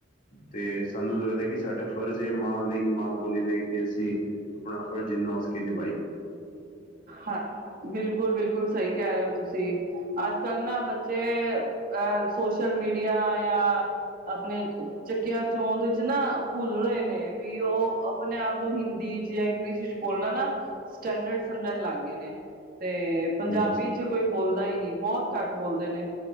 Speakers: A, on the left; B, on the right.
A: ਤੇ ਸਾਨੂੰ ਲੱਗਦਾ ਐ ਕਿ ਸਾਡਾ ਪਰ ਜੇ ਮਾਂ ਲਈ, ਮਾਂ ਬੋਲੀ ਲਈ ਦੇਸੀ ਆਪਣਾ ਫਰਜ਼ ਜਿੰਨਾ ਹੋ ਸਕੇ ਨ
B: ਹਾਂ ਬਿਲਕੁਲ ਬਿਲ ਕੁਲ ਸਹੀ ਕਹਿ ਰਹੇ ਔ ਤੁਸੀਂ। ਅੱਜ ਕੱਲ੍ਹ ਨਾ ਬੱਚੇ ਅ ਅ ਸੋਸ਼ਲ ਮੀਡੀਆ ਜਾਂ ਆਪਣੇ ਚੱਕਿਆ ਚੋਦ ਚ ਨਾ ਭੁੱਲ ਰਹੇ ਨੇ ਵੀ ਉਹ ਆਪਣੇ ਆਪ ਨੂੰ ਹਿੰਦੀ ਚ ਜਾਂ ਇਗਲਿਸ ਚ ਬੋਲਣਾ ਨਾ ਸਟੈਂਡਰਡ ਸਮਝਣ ਲੱਗ ਗੇ ਨੇ। ਤੇ ਪੰਜਾਬੀ
A: ਜੀ,
B: ਚ ਕੋਈ ਬੋਲਦਾ ਈ ਨੀ। ਬਹੁਤ ਘੱਟ ਬੋਲਦੇ ਨੇ